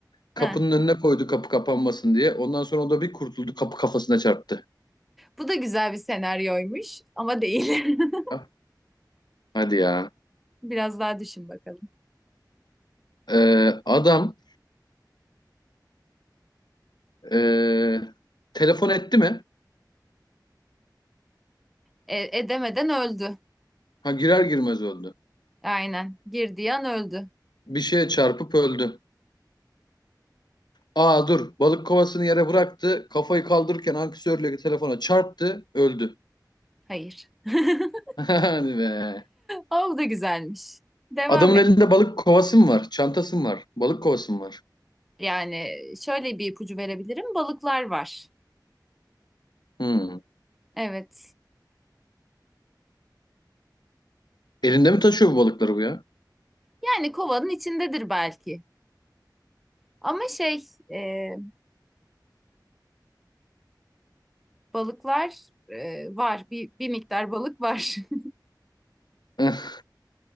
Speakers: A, on the left (about 70°); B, in the centre.
A: Kapının
B: Heh.
A: önüne koydu kapı kapanmasın diye. Ondan sonra o da bir kurtuldu kapı kafasına çarptı.
B: Bu da güzel bir senaryoymuş ama değil. <laughs>
A: Ha, Hadi ya.
B: Biraz daha düşün bakalım.
A: Ee, adam ee, telefon etti mi?
B: E, edemeden öldü.
A: Ha, girer girmez öldü.
B: Aynen. Girdiği an öldü.
A: Bir şeye çarpıp öldü. Aa dur balık kovasını yere bıraktı. Kafayı kaldırırken ankesörle telefona çarptı öldü.
B: Hayır. <laughs>
A: <laughs> Hadi be.
B: O da güzelmiş. Devam
A: Adamın
B: et.
A: elinde balık kovası mı var? Çantası mı var? Balık kovası mı var?
B: Yani şöyle bir ipucu verebilirim. Balıklar var.
A: Hmm.
B: Evet.
A: Elinde mi taşıyor bu balıkları bu ya?
B: Yani kovanın içindedir belki. Ama şey, e, balıklar e, var. Bir, bir miktar balık var. <laughs>
A: <laughs>